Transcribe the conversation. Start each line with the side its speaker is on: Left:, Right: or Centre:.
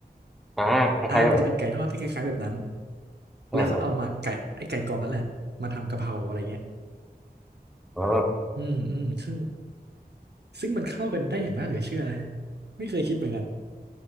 Centre: อ่าคล้ายๆกันเหรอครับ
Right: อ่ามันจะเป็นไก่ทอดที่คล้ายๆแบบนั้น
Centre: อ่าครับ
Right: แล้วก็เอามาไก่ไอ้ไก่กรอบนั่นแหละมาทำกะเพราอะไรเงี้ย
Centre: อ๋อ
Right: อืมอืมซึ่งซึ่งมันเข้ากันได้อย่างน่าเหลือเชื่อนะไม่เคยคิดเหมือนกัน